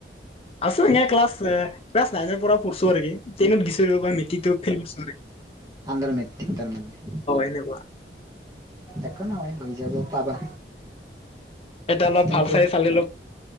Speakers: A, on the left; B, on the right.
A: আছো এ ক্লাছ ক্লাছ নাইনৰ পৰা পঢ়ছো আৰুকি নত গচব বা মেটি ফিব চৰে
B: আডাৰ মেট্ৰিক তাৰ মানে
A: এনেকুৱা
B: এক ন হয় হৈ যাব পাবা
A: এটা অলপ
B: কিন্তু
A: ভাল চাই চালি অলপ